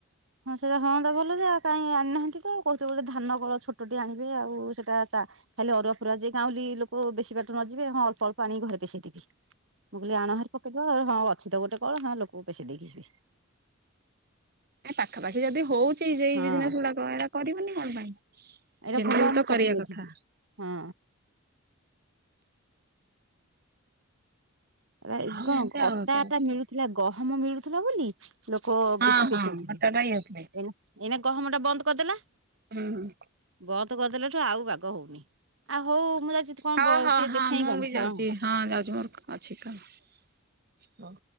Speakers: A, on the right; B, on the right.
A: ହଁ ସେଟା ହଁ ତ ଭଲ ସେଉ କାଇହିଁ ଆଣିନାହାନ୍ତି ତ କହୁଛ ଗୋଟେ ଧାନ କଳ ଛୋଟଟେ ଆଣିବେ ଆଉ ସେଇଟା ଚା ଖାଲି ଅରୁଆ ଫରୁଆ ଯିଏ ଗାଁଉଳି ଲୋକ ବେଶୀ ବାଟ ନଯିବେ ହଁ ଅଳ୍ପ ଅଳ୍ପ ଆଣି ଘରେ ପେସି ଦେବେ ମୁଁ କହିଲି ଆଣ ହାରି ପକେଇଦିଅ ଆଉ ହଁ ଅଛି ତ ଗୋଟେ କଳ ହଁ ଲୋକଙ୍କୁ ପେଶେଇ ଦେଇକି ଯିବେ
B: ଏ ପାଖାପାଖି ଯଦି ହଉଛି ଯେଇ
A: ହଁ
B: ବିଜନେସ ଗୁଡାକ ଏରା କରିବନି କଣ ପାଇଁ?
A: ଏଇଟା
B: ଯେମିତି
A: ଭଲ
B: ହଉ
A: ଆମ
B: ତ କରିବା
A: ଚାଲିବ
B: କଥା
A: ଏଇଠି, ହଁ। ଏରା
B: ଆଉ
A: କଣ
B: ଏମିତି
A: ଅଟା
B: ଆଉ ଚାଲିଛି।
A: ଅଟା ମିଳୁଥିଲା ଗହମ ମିଳୁଥିଲା ବୋଲି ଲୋକ
B: ହଁ
A: ବେଶୀ
B: ହଁ
A: ପେଶଉଥିଲେ
B: ଅଟାଟା ଇଏ ହୁଏ।
A: ଏଇ ଏଇନା ଗହମ ଟା ବନ୍ଦ କରିଦେଲା।
B: ହୁଁ ହୁଁ।
A: ବନ୍ଦ କରିଦେଲା ଠୁ ଆଉ ବାଗ ହଉନି ଆଉ ହଉ ମୁଁ ଯାଉଛି କଣ
B: ହଉ
A: ଟିକେ
B: ହଉ ହଁ
A: ଦେଖେଇ
B: ମୁଁ
A: କଣ
B: ବି ଯାଉଛି
A: ହଁଁ।
B: ହଁ ଯାଉଛି ମୋର ଅଛି କାମ ହଉ